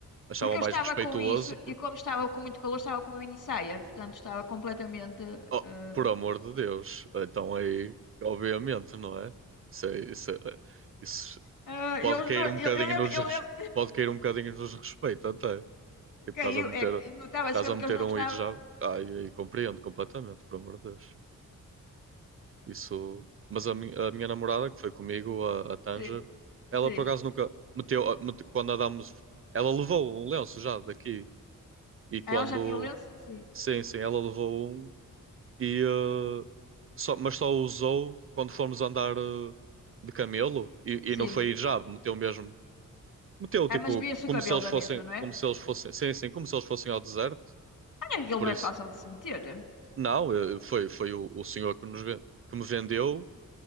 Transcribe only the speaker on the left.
Porque eu
estava
com isso
e como estava com muito calor, estava com uma minissaia, portanto estava completamente.
ah,
ah,
eles
não,
eu, eu lembro,
eu
lembro,
<laughs> caiu,
é, notava-se
mesmo
que eles não
gostavam.
Sim,
sim.
Ah, ela já tinha o lenço? Sim,
sim.
Ah, mas via-se
o cabelo
da mesma, não
é?
Ah, aquilo
não é
fácil de se meter.